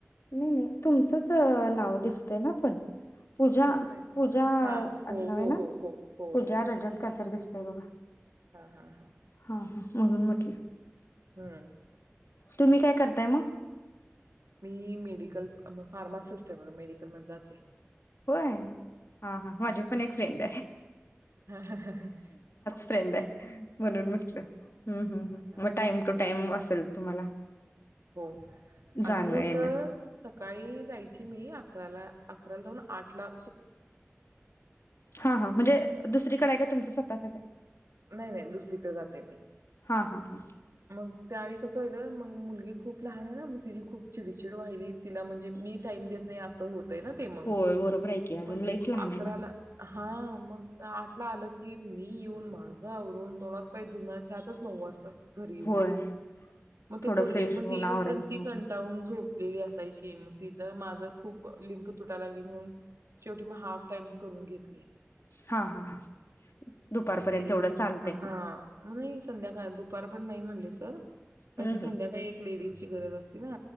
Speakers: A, on the left (about 65°); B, on the right (about 80°).
A: नाय नाह्य तुमचंच नाव दिसतय ना पण? पूजा
B: असं आहे का?
A: पूजा
B: हा हो
A: नाव
B: हो
A: य ना
B: हो हो हो
A: पूजा
B: हो
A: रजत काय तर दिस कय <unintelligible> बघा
B: हा, हा, हा.
A: हा म्हणून म्हटले.
B: हा
A: तुम्ही काय करताय म?
B: मी मेडिकल फार्मासिस्ट बघा मेडिकल मध्ये जातेय.
A: होय हा, हा, माझी पण एक फ्रेंडय.
B: ह, ह, ह
A: फ्रेंडय म्हणून म्हटलं हम, हम,
B: हा
A: हम,
B: हा
A: म टाइम टू टाइम अस तल तुम्हाला
B: हो
A: जाणं
B: आधी होत
A: येणं.
B: सकाळी जायची मी अकराला अकराला जाऊन आठला
A: हा हा म्हणजे दुसरीकड का तुमच स तचचय <unintelligible>
B: व्हय व्हय दुसरीकडे जातोय मी
A: हा हा हा
B: मग त्यावेळी कसं होईल मग मुलगी खूप लहान आहे ना मग तिची खूप चिडचिड व्हायली तिला म्हणजे मी टाईम देत नाय असं होतय ना ते मग
A: होय बरोबर की अजून
B: म्हणजे
A: लईच लहानय
B: अकराला
A: ना.
B: हा मग आठला आलं की मी येऊन माझं आवरून तोंड हात पाय धुऊन ह्यातच नऊ वाजतातं. घरी येऊन
A: होय
B: मग ती
A: थोडं
B: पोरगी
A: फ्रेश
B: म
A: होऊन
B: येऊपर्यंत
A: आवरायचं
B: ती
A: म्हटलं.
B: कंटाळून झोप डी घासायची म तिचं माझं खूपच लिंक तुटाय लागली म्हणुन शेवटी म हाप टाइम करुन घेतले,
A: हा हा हा दुपारपर्यंत
B: म ते मेडिकल
A: तेवढं चालतंय
B: हा.
A: मग.
B: नाही संध्याकाळी अदुक दुपारपर्यंत नाय म्हणले सर. कारण
A: हम्म
B: की संध्याकाळी एक लेडीजची गरज असती ना